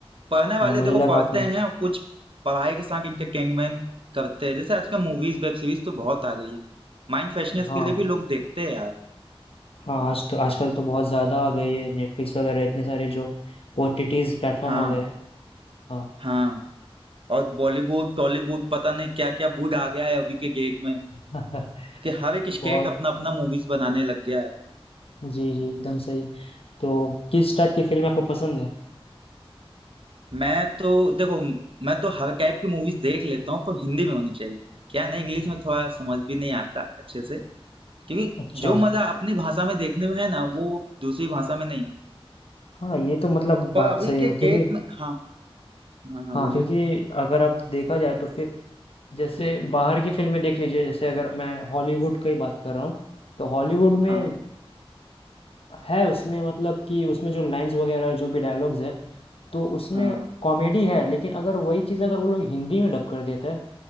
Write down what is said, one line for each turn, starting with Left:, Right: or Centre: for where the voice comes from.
Right: पढ़ने वाले
Left: हाँ, मुझे
Right: देखो
Left: लगा
Right: पढ़ते
Left: आप उन-
Right: हैं और कुछ पढ़ाई के साथ इनका कैंगमैन करते हैं जैसे आजकल मूवीज वेब सीरीज तो बहुत आ गई है माइंड फ्रेशनेस
Left: हाँ
Right: के लिए भी लोग देखते हैं यार
Left: हाँ आज तो आजकल तो बहुत ज़्यादा आ गई है नेटफ्लिक्स वगैरह इतने सारे जो ओटीटीज प्लेटफॉर्म
Right: हाँ
Left: आ गए हैं हाँ
Right: हाँ और बॉलीवुड टॉलीवुड पता नहीं क्या क्या वुड आ गया है अभी के डेट में
Left: <laughs>
Right: कि हर एक
Left: ये
Right: स्टेट
Left: बहुत
Right: अपना अपना मूवीज बनाने लग गया है
Left: जी जी एकदम सही तो किस टाइप की फिल्म आपको पसंद है
Right: मैं तो देखो मैं तो हर टाइप की मूवीज देख लेता हूँ पर हिंदी में होनी चाहिए क्या है ना इंग्लिश में थोड़ा समझ भी नहीं आता अच्छे से क्योंकि
Left: अच्छा
Right: जो मजा अपनी भाषा में देखने में है ना वो दूसरी भाषा में नहीं है
Left: हाँ ये तो मतलब बात
Right: पर अभी
Left: सही
Right: के
Left: है क्योंकि
Right: डेट में हाँ हाँ हाँ
Left: हाँ
Right: बोलिए
Left: क्योंकि अगर आप देखा जाए तो फिर जैसे बाहर की फिल्में देख लीजिए जैसे अगर मैं हॉलीवुड की बात कर रहा हूँ तो हॉलीवुड में
Right: हाँ
Left: है उसमें मतलब कि उसमें जो लाइंस वगैरह जो भी डायलॉग्स है तो उसमें
Right: हाँ
Left: कॉमेडी है लेकिन अगर वही चीज़ अगर वो लोग हिंदी में डब कर देते हैं